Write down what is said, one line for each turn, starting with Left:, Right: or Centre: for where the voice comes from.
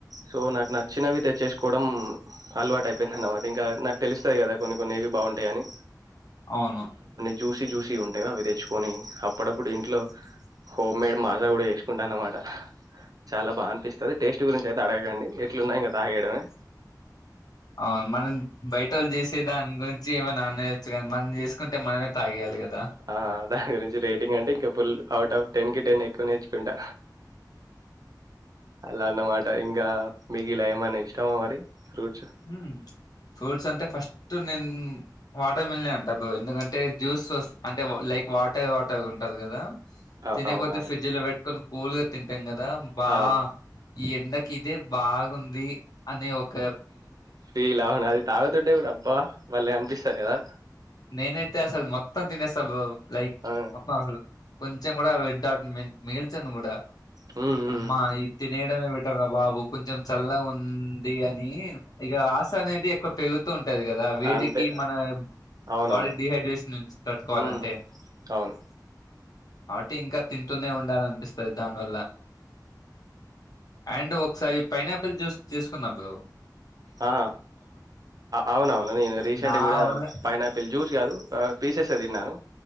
Right: సో నాకు నచ్చినవి తెచ్చేసుకోవడం అలవాటు అయిపోయింది అన్నమాట, ఇంకా నాకు తెలుస్తాయి కదా కొన్ని కొన్నివీ బాగుంటాయి అని
Left: అవును
Right: జూసి జూసి ఉంటాయి అవి తెచ్చుకొని, అప్పుడప్పుడు ఇంట్లో హోమ్మేడ్ మాజా కూడా వేసుకుంటా అన్నమాట, చాలా బాగా అనిపిస్తుంది టేస్ట్ గురించి అయితే అడగకండి ఎట్లున్నాయి ఇంక తాగేయడమే
Left: అవును మనం బయట వాళ్ళు చేసే దాని గురించి ఏమైనాన్నేయచ్చు కానీ మనం చేసుకుంటే మనమే తాగేయాలి కదా
Right: ఆ దాని గురించి రేటింగ్ అంటే ఇంకా ఫుల్ అవుట్ ఆఫ్ టెన్కి టెన్ ఏయ్ కు నేర్చుకుంటా అలా అన్నమాట ఇంగా మీకు ఇలా ఏమైనా ఇష్టమా మరి ఫ్రూట్స్?
Left: ఉమ్ ఫ్రూట్స్ అంటే ఫస్ట్ ఇ నేను వాటర్ మిల్ అంటా బ్రో ఎందుకంటే జ్యూస్ అంటే లైక్ వాటర్ వాటర్గా ఉంటంది కదా
Right: అ
Left: తినేకొద్ది
Right: అవునవును.
Left: ఫ్రిజ్ లో పెట్టుకొని కూల్ గా తింట ఇంగ దం బా
Right: అవును.
Left: ఈ ఎండకి ఇదే బాగుంది అని ఓకే
Right: ఫీల్ అవును అది తాగుతుంటే గూడా అబ్బా బలే అన్ పిస్తయా
Left: నేనైతే అసలు మొత్తం తినేస్తా బ్రో లైక్
Right: ఆ!
Left: మొత్తం అసలు కొంచెం కూడా దాని మిగిల్చంది కూడా
Right: హ్మ్. హ్మ్.
Left: అమ్మా ఇది తినేయడమే బెటర్ రా వాబ కొంచెం చల్లగా ఉంది అని ఇక ఆశ అనేది ఎక్కువ పెరుగు ఉంటది కదా వేడికి
Right: అంతే.
Left: మన
Right: అవునవును.
Left: బాడీ డిహైడ్రేషన్ నుంచి తట్టుకోవాలంటే
Right: హ్మ్. అవును.
Left: వాటి ఇంకా తింటూనే ఉండాల అనిపిస్తుంది దానివల్ల అండ్ ఒకసారి పైనాపిల్ జ్యూస్ తీసుకున్నప్పుడు
Right: ఆ అవునవును నేను రీసెంట్
Left: నా
Right: కూడా
Left: ఓన్గా
Right: పైనాపిల్ జ్యూస్ కాదు పీసెస్ ఏ తిన్నాను